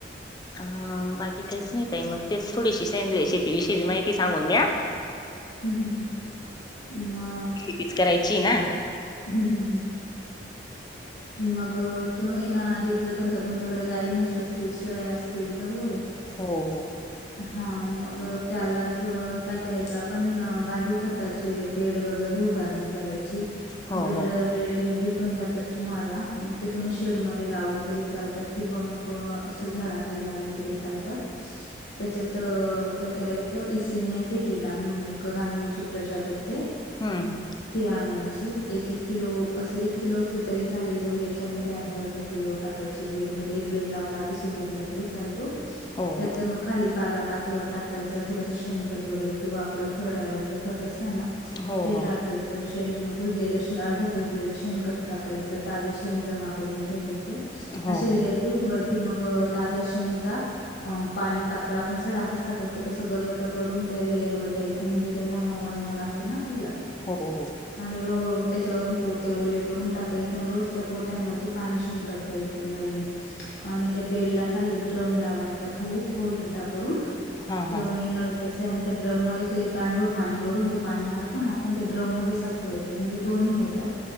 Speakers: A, on the left; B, on the left.
A: आ बाकी काहीच नाही ताई. मग तेच थोडीशी सेंद्रिय शेतीविषयी माहिती सांगून द्या‌
B: हम्म हम् ह् आ.
A: हीच करायची ना?
B: हम्म हम् हम्. मग तुम्ही ना, आधी प्रथम तर तुमच्याकडे गायी म्हशी असतील, शेळ्या असतील बरोबर आहे?
A: हो हो.
B: हा, मग त्यालाच काय करायचं आपण, गांडूळ खत त्याचे बेड वगैरे उभारणे करायची.
A: हो
B: बेड
A: हो
B: रेडीमेड भेटून जातात तुम्हाला, मग ते तुम्ही शेडमध्ये लावले तरी चालतात. किंवा मग अस झाडाखाली लावले तरी चालतात. त्याच्यात काय करायचं, इसेनिया फेटेडा म्हणून एक गांडुळची प्रजात येते
A: हम्म हम्.
B: ती आणायची एक एक किलो असली, एक किलो असली तरी चालेल. दोघी याच्यामध्ये अर्धा अर्धा किलो टाक टाकायची बेड मध्ये, एक बेड लावला आधी सुरवातीला तरी चालतो.
A: हो
B: त्याच
A: हो
B: मग खाली पाला पाचोळा टाकायचा. थोडस शेणखत वगैरे किंवा आप उखरड्यावरच खत असतना
A: हो
B: ते
A: हो
B: टाकायच. शेण कुजलेल अर्ध कुजलेले शेणखत टाकायच. ताज शेण जमा करून ठेवायच.
A: हो
B: असे
A: हो
B: लेअर वरती मग ताजा शेनचा अ पाणी पात्र, आपण सडा कसा करतो, तस गरगट करून त्या लेयर वर द्यायच. म्हणजे त्यांना म‌ऊ अन्न लाग त ना खायला.
A: हो हो
B: आणि रो त्याच्यावरून पोते ओले करून टाकायचे. आणि रोज त्या पोत्यांवरती पाणी शिंपडत जायच नळीने. आणि त्या बेडला खाली एक ड्रम लावायचा खाली खोल खड्डा करून.
A: हा
B: ते
A: हा
B: आणि नळीच्या साह्याने ड्रम मध्ये ते गांडूळ पाणी, वरून जे पाणी मारतो ना आपण ते ड्रम मध्ये साचवायच. ते दोन हे होतात.